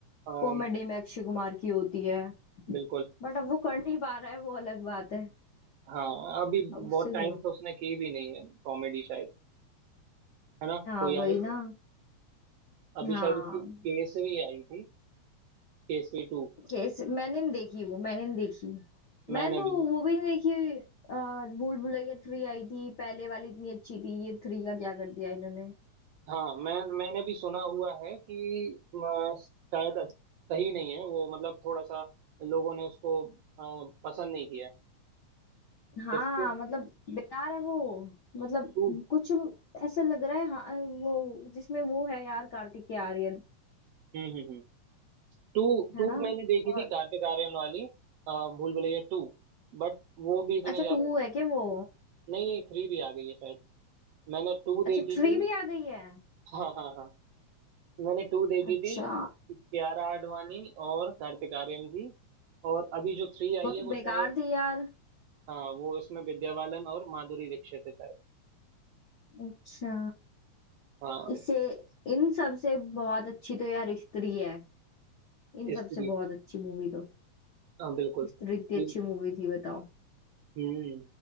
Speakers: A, on the right; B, on the left.
A: अम,
B: कॉमेडी में अक्षय कुमार की होती है
A: बिल्कुल
B: बट अब वो कर नहीं पा रहा है वो अलग बात है
A: हाँ अभी बहुत
B: अब उससे
A: टाइम
B: वो-
A: से उसने की भी नहीं है कॉमेडी शायद है ना
B: हाँ
A: कोई
B: वही
A: आई
B: ना
A: अभी
B: हाँ
A: शायद उसकी केसरी आई थी केसरी टू
B: केस मैंने नहीं देखी वो मैंने नहीं देखी
A: मैंने
B: मैंने तो
A: भी
B: वो भी नहीं देखी आ, भूल भुलैया थ्री आई थी पहले वाली इतनी अच्छी थी ये थ्री का क्या कर दिया इन्होंने
A: हाँ मैं मैंने भी सुना हुआ है कि अ, शायद अच- सही नहीं है वो मतलब थोड़ा सा लोगों ने उसको अ, पसंद नहीं किया
B: हाँ
A: इसके
B: मतलब बेकार है वो मतलब
A: टू
B: कुछ ऐसा लग रहा है हाँ वो जिसमें वो है यार कार्तिक के आर्यन
A: हम्म हम्म हम्म टू
B: है
A: टू
B: ना
A: मैंने देखी
B: और
A: थी कार्तिक आर्यन वाली अ, भूल भुलैया टू बट वो भी इतनी
B: अच्छा
A: ज्यादा
B: टू है क्या वो
A: नहीं थ्री भी आ गई है शायद मैंने टू देखी
B: अच्छा थ्री
A: थी
B: भी आ गई है
A: हाँ हाँ हाँ मैंने टू देखी
B: अच्छा
A: थी कियारा आडवाणी और कार्तिक आर्यन की और अभी जो थ्री आई
B: वो तो
A: है वो
B: बेकार
A: शायद
B: थी यार
A: हाँ वो इसमें विद्या बालन और माधुरी दीक्षित है शायद
B: अच्छा
A: हाँ
B: इससे इन सब से बहुत अच्छी तो यार स्त्री है इन सबसे
A: स्त्री
B: बहुत अच्छी मूवी तो
A: हाँ बिल्कुल स्त्री
B: स्त्री इतनी अच्छी मूवी थी बताओ
A: हम्म